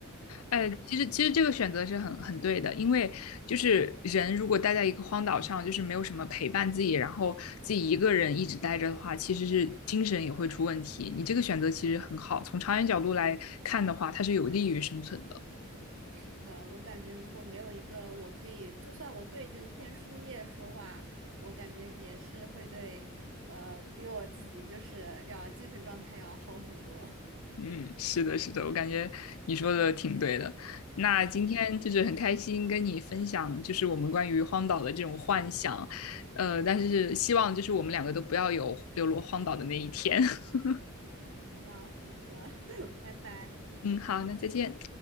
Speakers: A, on the left; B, on the right.
A: 哎，其实其实这个选择是很很对的，因为就是人如果待在一个荒岛上，就是没有什么陪伴自己，然后自己一个人一直待着的话，其实是精神也会出问题。你这个选择其实很好，从长远角度来看的话，它是有利于生存的。
B: 是的，我感觉如果没有一个我可以，就算我对着一片树叶说话，我感觉也是会对，呃，比我自己就是要精神状态要好很多。<laughs>
A: 嗯，是的，是的，我感觉你说的挺对的。那今天就是很开心跟你分享，就是我们关于荒岛的这种幻想，呃，但是希望就是我们两个都不要有流落荒岛的那一天。<laughs>
B: 希望好的，<laughs> 拜拜。
A: 嗯，好，那再见。